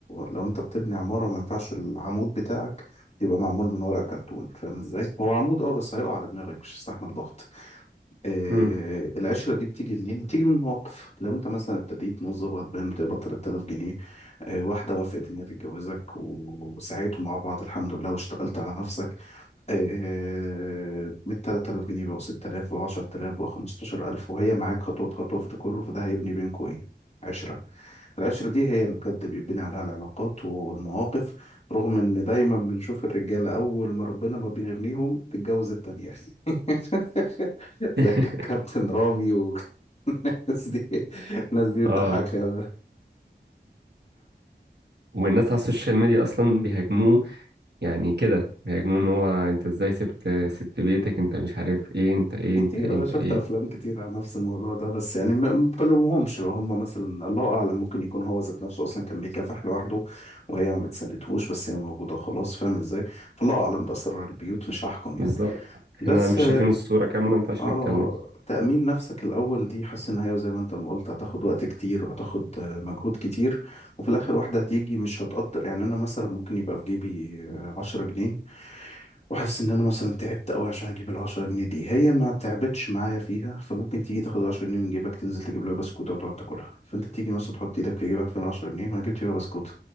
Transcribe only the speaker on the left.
لو أنت بتبني عمارة ما ينفعش العمود بتاعك يبقى معمول من ورق كرتون فاهم ازاي هو عمود اه بس هيقع على دماغك مش هيستحمل ضغط آه،
العشرة دي بتيجي منين؟ بتيجي من مواقف لو انت مثلا ابتديت موظف غلبان بتقبض 3000 جنيه آه، واحدة وافقت ان هي تتجوزك وسعيتوا مع بعض الحمد لله واشتغلت على نفسك آه، آه، من 3000 جنيه بقوا 6000 بقوا 10000 بقوا 15000 وهي معاك خطوة بخطوة في ده كله فده هيبني بينكوا ايه؟ عشرة العشرة دي هي اللي بجد بيبني عليها العلاقات والمواقف رغم ان دايما بنشوف الرجالة اول ما ربنا ما بيغنيهم تتجوز التانية <laughs> زي
ك- كابتن رامي والناس <laughs> دي الناس دي
بتضحكني أوي
كتير
أه، شفت
أفلام كتير على نفس الموضوع ده بس يعني ما ما بلومهمش لو هم مثلا الله أعلم ممكن يكون هو ذات نفسه أصلا كان بيكافح لوحده وهي ما بتساندهوش بس هي موجودة خلاص فاهم إزاي فالله أعلم بأسرار البيوت مش هحكم يعني
بس
اه
تأمين نفسك الأول دي حاسس إن هي زي ما أنت ما قلت هتاخد وقت كتير وهتاخد آه، مجهود كتير وفي الآخر واحدة هتيجي مش هتقدر يعني أنا مثلا ممكن يبقى في جيبي عشرة جنيه وحاسس ان انا مثلا تعبت قوي عشان اجيب العشرة جنيه دي هي ما تعبتش معايا فيها فممكن تيجي تاخد عشرة جنيه من جيبك تنزل تجيب لها بسكوتة وتقعد تاكلها فانت تيجي مثلا تحط ايدك في جيبك فين العشرة جنيه ما أنا جبت بيها بسكوتة